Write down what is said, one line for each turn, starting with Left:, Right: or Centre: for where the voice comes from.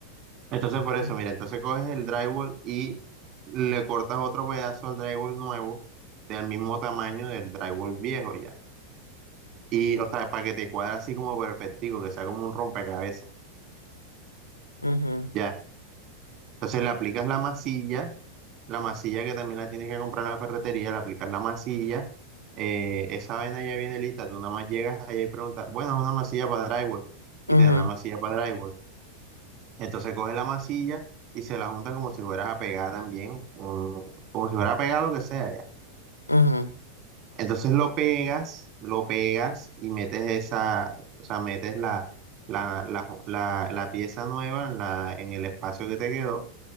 Right: Entonces, por
Left: Ujú,
Right: eso, mira, entonces coges el drywall y le cortas otro pedazo al drywall nuevo, del mismo tamaño del drywall viejo ya. Y, o sea, para que te cuadre así como perfectico, que sea como un rompecabezas.
Left: ujú,
Right: Ya. Entonces le aplicas la masilla, la masilla que también la tienes que comprar en la ferretería, le aplicas la masilla, eh, esa vaina ya viene lista, tú nada más llegas allá y preguntas, bueno, es una masilla para drywall, y
Left: ujú,
Right: te dan la masilla para drywall. Entonces coges la masilla y se la junta como si fueras a pegar también, un- como si fueras a pegar lo que sea ya.
Left: ujú,
Right: Entonces lo pegas, lo pegas y metes esa, o sea, metes la, la, la, la, la pieza nueva en la, en el espacio que te quedó